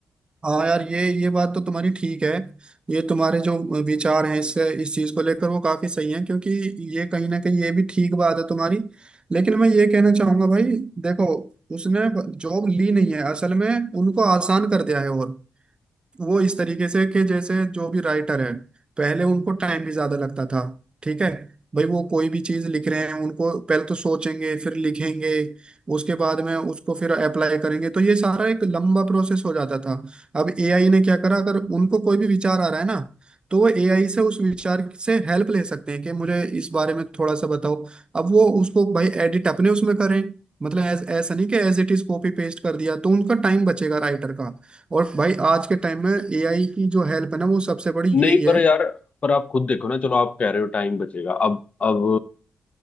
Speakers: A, on the right; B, on the left.
A: हाँ यार ये ये बात तो तुम्हारी ठीक है ये तुम्हारे जो विचार हैं इससे इस चीज़ को लेकर वो काफ़ी सही है क्योंकि ये कहीं ना कहीं ये भी ठीक बात है तुम्हारी लेकिन मैं ये कहना चाहूंगा भाई देखो उसने जॉब ली नहीं है असल में उनको आसान कर दिया है और वो इस तरीके से कि जैसे जो भी राइटर है पहले उनको टाइम भी ज्यादा लगता था ठीक है भाई वो कोई भी चीज लिख रहे हैं उनको पहले तो सोचेंगे फिर लिखेंगे उसके बाद में उसको फिर अप्लाई करेंगे तो ये सारा एक लंबा प्रोसेस हो जाता था अब एआई ने क्या करा अगर उनको कोई भी विचार आ रहा है ना तो वो एआई से उस विचार से हेल्प ले सकते हैं कि मुझे इस बारे में थोड़ा सा बताओ अब वो उसको भाई एडिट अपने उसमें करें मतलब ऐस- ऐसा नहीं कि as it is copy paste कर दिया तो उनका टाइम बचेगा राइटर का और भाई आज के टाइम में एआई की जो हेल्प है ना वो सबसे बड़ी
B: नहीं
A: यही है
B: पर यार पर आप खुद देखो ना चलो आप कह रहे हो टाइम बचेगा अब अब